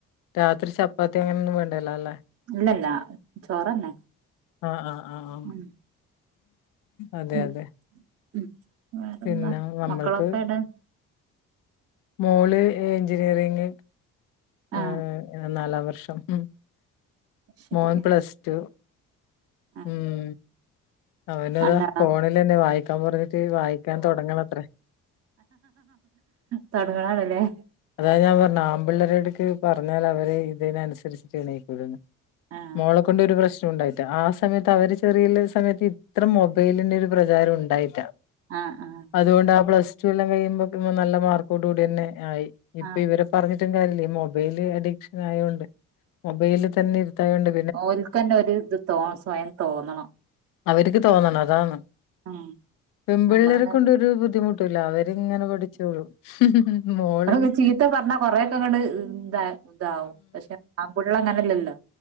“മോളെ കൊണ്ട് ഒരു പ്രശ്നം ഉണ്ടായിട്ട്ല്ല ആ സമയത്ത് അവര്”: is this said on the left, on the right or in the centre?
Left